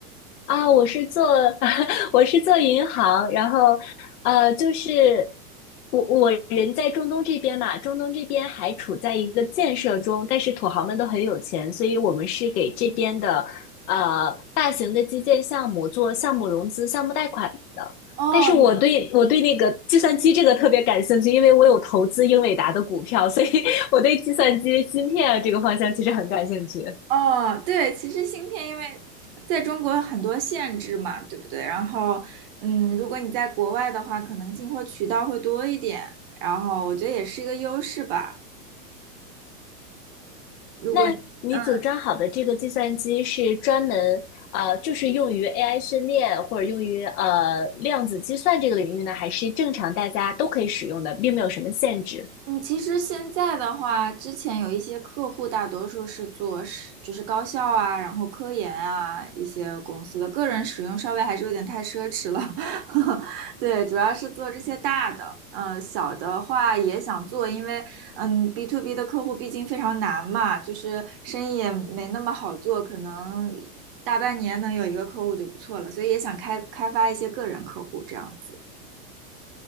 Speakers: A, on the left; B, on the right.
A: 啊，我是做 <laughs> 我是做银行，然后呃，就是我我人在中东这边嘛，中东这边还处在一个建设中，但是土豪们都很有钱，所以我们是给这边的呃大型的基建项目做项目融资、项目贷款的。
B: 哦，
A: 但是我对我对那个计算机这个特别感兴趣，因为我有投资英伟达的股票，所以 <laughs> 我对计算机芯片啊这个方向其实很感兴趣。
B: 哦，对，其实芯片因为在中国很多限制嘛，对不对？然后，嗯，如果你在国外的话，可能进货渠道会多一点，然后我觉得也是一个优势吧。如果，
A: 那你组装好的这个计算机是专门呃，
B: 嗯、
A: 就是用于 AI 训练或者用于呃量子计算这个领域呢，还是正常大家都可以使用的，并没有什么限制？
B: 嗯，其实现在的话，之前有一些客户，大多数是做是就是高校啊，然后科研啊一些公司的，个人使用稍微还是有点太奢侈了。<laughs> 对，主要是做这些大的，嗯、小的话也想做，因为嗯，B to B 的客户毕竟非常难嘛，就是生意也没那么好做，可能大半年能有一个客户就不错了，所以也想开开发一些个人客户这样子。